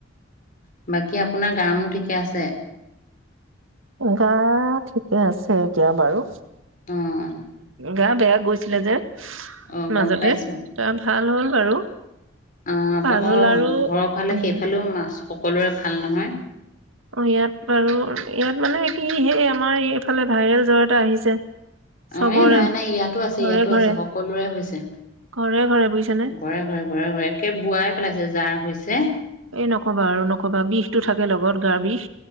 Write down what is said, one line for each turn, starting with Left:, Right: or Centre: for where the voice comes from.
Left: বাকী আপোনাৰ গা মো ঠিকে আছে
Right: গা ঠিকে আছে এতিয়া বাৰু
Left: অঁ
Right: গা বেয়া গৈ ছিলে যে
Left: অ'
Right: মাজতে
Left: গম পাইছো।
Right: তেতিয়া ভাল হ'ল বাৰু
Left: অ'
Right: ভাল
Left: তাক
Right: হ'ল আৰু
Left: ঘৰ ফালে
Right: উম
Left: সেইফালেও মাছ সকলোৰে ভাল নহয়?
Right: অ' ইয়াত বাৰু ইয়াত মানে কি সেই আমাৰ এইফালে ভাইৰেল জ্বৰ এটা আহিছে। চবৰে
Left: অ' এ নাই নাই ইয়াতো আছে
Right: ঘৰে
Left: ইয়াতো
Right: ঘৰে
Left: আছে সকলোৰে হৈছে
Right: ঘৰে ঘৰে বুজিছানে
Left: ঘৰে-ঘৰে, ঘৰে-ঘৰে একে বোৱাই পেলাইছে যাৰ হৈছে
Right: এই নক'বা আৰু নক'বা বিষতো থাকে লগত গাৰ বিষ